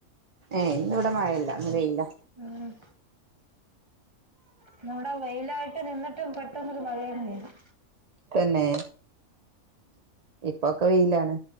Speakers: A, on the right (about 35°); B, on the right (about 20°).
A: ഏഹ് ഇന്ന് ഇവിടെ മഴയില്ല ഇന്ന് വെയ്യില്ല
B: ഉം ഇന്ന് ഇവിടെ വെയിലായിട്ട് നിന്നിട്ടു പെട്ടന്നൊരു മഴയും പെയ്തു.
A: തന്നെ ഇപ്പൊക്കെ വെയിലാണ്